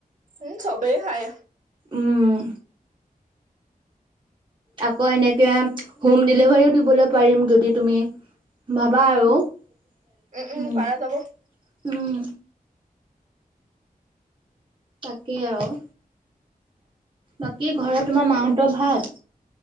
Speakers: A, on the right; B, on the right.
A: উম, চবেই খায়।
B: উম'। আকৌ এনেকে হোম ডেলিভাৰীও দিবলৈ পাৰিম যদি তুমি পাবা
A: উম।
B: আৰু উম-উম।
A: উম, উম, পাৰা যাব
B: তাকে আৰু বাকী ঘৰত তোমাৰ মাহত ভাল।